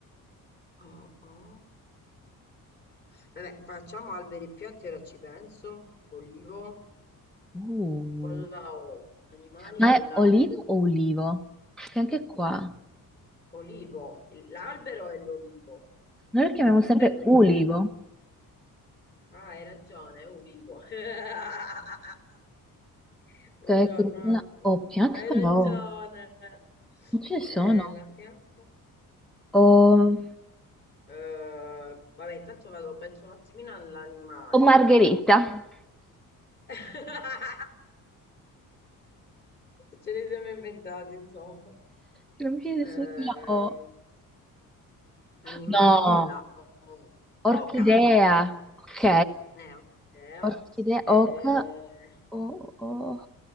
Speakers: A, on the left; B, in the centre.
A: O, O. Vabbè, facciamo alberi e piante, ora ci penso. Olivo
B: Uh.
A: con la O. Animali
B: Ma
A: con
B: Ah, è
A: la
B: olivo
A: O.
B: o ulivo? Perché anche qua
A: Olivo. Il- L'albero è l'olivo.
B: noi
A: Il
B: lo chiamiamo
A: frutto
B: sempre
A: è l'oliva.
B: ulivo.
A: Ah, hai ragione, è olivo. <laughs> Buongiorno,
B: Ok, quindi
A: Anto.
B: con la O, piante
A: Hai
B: con
A: ragione.
B: la O. Non ce ne
A: Eh,
B: sono.
A: la pianta?
B: O,
A: Eh, vabbè, intanto vado, penso un attimino all'animale.
B: o margherita.
A: <laughs> Ce li siamo inventati, insomma.
B: Che non mi viene nessuno
A: Ehm,
B: con la O.
A: animali
B: No,
A: con la O. O- Oca,
B: orchidea. Ok,
A: ne ho idea.
B: orchidea,
A: Eh,
B: oca. O, o.